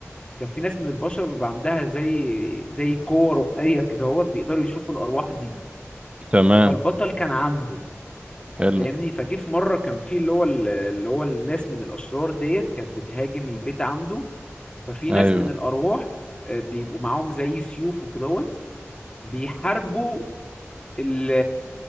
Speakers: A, on the left (about 20°); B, on the right (about 25°).
A: كان في ناس من البشر بيبقى عندها زي زي قوة روحية كده هو بيقدروا يشوفوا الأرواح دي
B: تمام
A: فالبطل كان عنده
B: حلو
A: فاهمني فجه في مرة كان في اللي هو ال- اللي هو الناس من الأشرار ديت كانت بتهاجم البيت عنده ففي ناس
B: ايوه
A: من الأرواح آه، بيبقوا معاهم زي سيوف وكدهوت بيحاربوا ال-